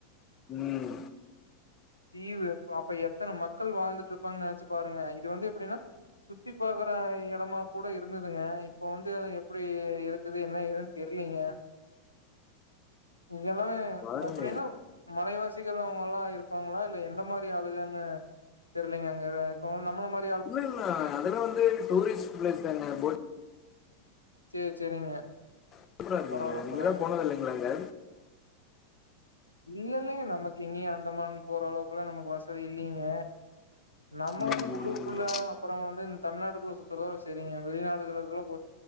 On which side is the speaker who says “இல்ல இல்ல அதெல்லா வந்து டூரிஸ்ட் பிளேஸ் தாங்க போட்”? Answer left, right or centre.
Left